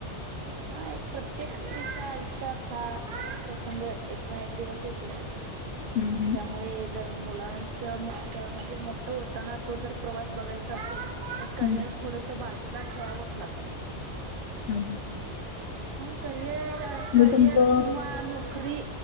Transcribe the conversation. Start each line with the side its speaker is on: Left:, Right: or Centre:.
Right: हा एक प्रत्येक स्त्रीच्या आयुष्यात हा प्रसंग एक ना एक दिवस येतोच.
Left: हम्म हम्म
Right: त्यामुळे जर मुलां च मोठ म्हणजे मोठं होताना तो जर प्रवास बघायचा असेल. तर करिअर
Left: हम्म
Right: थोडस बाजूला खेळावंच लागतं.
Left: हम् हम्.
Right: हा करिअर करिअर
Left: तुमचं
Right: किंवा नोकरी